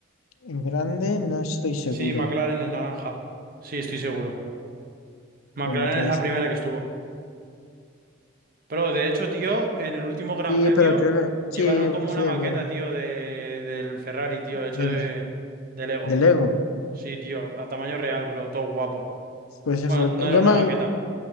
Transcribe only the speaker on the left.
En grande no estoy seguro.
Bueno, puede
ser.
Sí,
pero creo que
sí,
sí
es
verdad,
del,
del Lego.
Pues eso,
yo,
me,